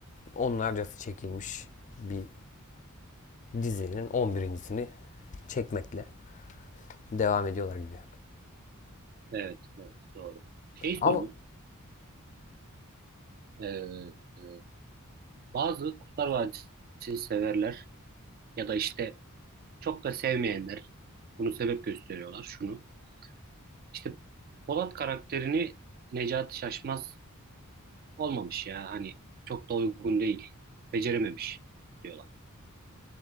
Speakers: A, on the left; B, on the right.
A: onlarcası çekilmiş bir dizinin on birincisini çekmekle devam ediyorlar gibi.
B: Evet, evet doğru. Şey
A: Ama
B: sorayım. Ee, e, bazı Kurtlar Vadisi severler ya da işte çok da sevmeyenler bunu sebep gösteriyorlar şunu. İşte Polat karakterini Necati Şaşmaz olmamış ya hani çok da uygun değil. Becerememiş diyorlar.